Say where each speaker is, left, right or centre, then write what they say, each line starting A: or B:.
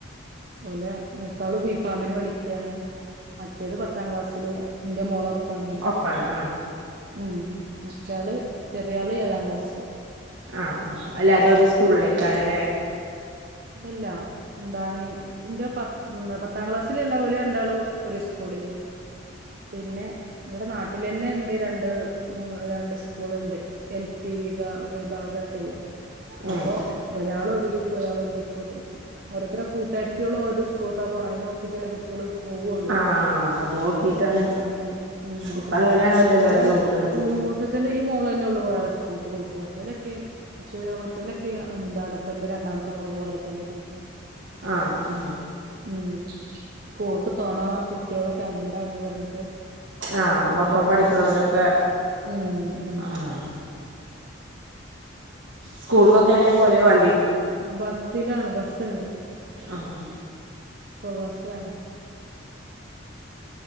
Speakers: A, on the right; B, on the right.
A: ഓലെ മൂത്താള് ബിഫാമിന് പഠിക്യാണ് മറ്റേത് പത്ത പത്താം ക്ലാസ്സില് ഇന്റെ മോളൊപ്പം. പ്പാണോല്
B: ഒപ്പാണ് ആ
A: ഉം മറ്റയാള് ചെറിയാള് ഏഴാം ക്ലാസ്സില്.
B: ആ എല്ലാരും ഒരു സ്കൂളിലേക്കാരല്ലേ?
A: ഇല്ലില്ല എന്താണ് ഇന്റെ പത്ത് എന്ത പത്ത് പത്താം ക്ലാസ്സിലുള്ള ഓലെ രണ്ടാളും ഒരു സ്കൂളില് പിന്നെ ഇവിടെ നാട്ടിലെന്നെണ്ട് രണ്ട് മൂ രണ്ട് സ്കൂൾ ഉണ്ട് എൽ പി വി വിഭാഗം ഒക്കെള്ള
B: ഉം
A: അപ്പോ ഒരാള് ഒരു ഇതിക്ക് ഒരാൾ ഒരു ഇത്. <unintelligible> ഓരോതര് കൂട്ടരുത്തികള് ഓരോ സ്കൂൾക്കാ പോകണത് അയ്നു നോക്കിട്ടല്ല കുട്ടികൾ പോവുള്ളൂ
B: ആ അത് നോക്കിയിട്ടാണ്
A: ഉം അങ്ങനെ ഉം
B: ഇപ്പം
A: ഉം
B: അങ്ങനെയാണല്ലോ എല്ലാവരും
A: എല്ലാരും
B: നോക്കണത്
A: പൂവി മൂത്തച്ഛന്റെ ഈ മോള് തന്നെ ഉള്ളൂ വേറെ സ്കൂൾക്ക് പോയിട്ട് മറ്റേലൊക്കെ മറ്റ മറ്റേലൊക്കെ എന്താണ് ഇപ്പന്റെ രണ്ടാമത്തെ മോള് പോണ <unintelligible>
B: ആ ആ
A: ഉം ഓൾക്ക് തൊണ വ കുട്ടികളൊക്കെ അങ്ങണ്ടാണ് പറഞ്ഞിട്ട്.
B: ആ
A: അവിടുത്തെ വേറെ
B: ഒപ്പം
A: സ്കൂൾക്ക്
B: പഠിക്കണോലൊക്കെ
A: പോയിക്കാ ഉം ഉം.
B: ആ ആ സ്കൂൾക്കൊക്കെ എങ്ങനാ പോവല് വ
A: ബസ്സിലാണ് ബസ്സുണ്ട്.
B: ആഹ്
A: ഇപ്പോ ബസ്സാണ്.